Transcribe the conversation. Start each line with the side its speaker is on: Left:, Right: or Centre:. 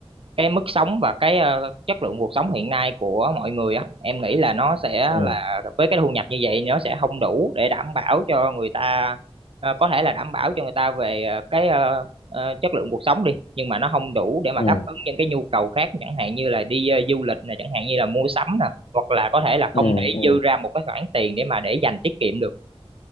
Right: cái mức sống và cái ờ, chất lượng cuộc sống hiện nay của mọi người á em nghĩ là nó sẽ
Left: ừ
Right: là với cái thu nhập như vậy nó sẽ không đủ để đảm bảo cho người ta ờ, có thể là đảm bảo cho người ta về ờ, cái ờ, ờ, chất lượng cuộc sống đi nhưng mà nó không đủ để mà
Left: ừ
Right: đáp ứng những cái nhu cầu khác chẳng hạn như là đi ờ, du lịch nè chẳng hạn như là mua sắm nè hoặc là có thể là không
Left: ừ
Right: thể
Left: ừ
Right: dư ra một cái khoản tiền để mà để dành tiết kiệm được